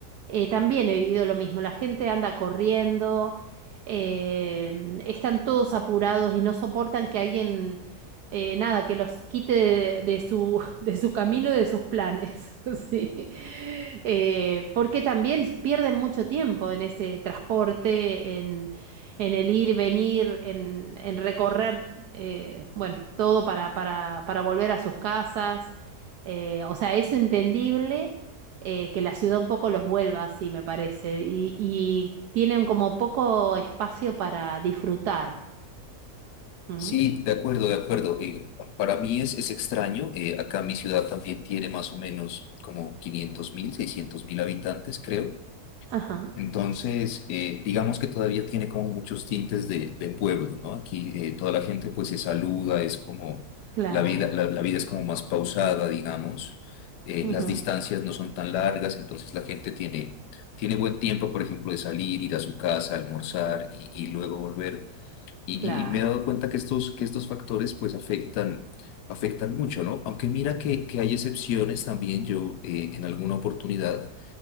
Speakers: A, on the right (about 75°); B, on the left (about 85°).
A: eh, también he vivido lo mismo. La gente anda corriendo, eh, están todos apurados y no soportan que alguien, eh, nada, que los quite de, de su, <laughs> de su camino y de sus planes. <laughs> Sí. Eh, porque también pierden mucho tiempo en ese transporte, en, en el ir, venir, en, en recorrer, eh, bueno, todo para, para, para volver a sus casas. Eh, o sea, es entendible eh, que la ciudad un poco los vuelva así, me parece, y, y tienen como poco espacio para disfrutar. ¿Mm?
B: Sí, de acuerdo, de acuerdo. Eh, para mí es, es extraño. eh, acá mi ciudad también tiene más o menos como quinientos mil, seiscientos mil habitantes, creo.
A: Ajá,
B: Entonces, eh, digamos que todavía tiene como muchos tintes de, de pueblo, ¿no? Aquí eh, toda la gente pues se saluda, es como
A: claro,
B: la vida, la, la vida es como más pausada, digamos. Eh,
A: ujú,
B: las distancias no son tan largas, entonces la gente tiene, tiene buen tiempo, por ejemplo, de salir, ir a su casa, almorzar y, y luego volver. Y,
A: claro,
B: y- y me he dado cuenta que estos, que estos factores pues afectan, afectan mucho, ¿no? Aunque mira que, que hay excepciones también, yo eh, en alguna oportunidad